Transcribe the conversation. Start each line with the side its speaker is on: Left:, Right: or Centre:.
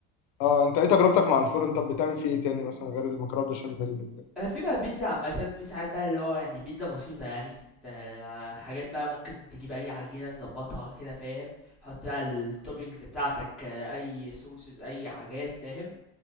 Left: اه انت ايه تجربتك مع الفرن طب بتعمل فيه ايه تاني مثلا غير المكرونه بشاميل وكده؟
Centre: آه، في بقى بيتزا عامة في ساعات بقى اللي هو يعني بيتزا بسيطة يعني انت آه، حاجات بقى ممكن تجيب اي عجينة تظبطها كده فاهم حط بقى التوبينجز بتاعتك آه، اي سوسز اي حاجات فاهم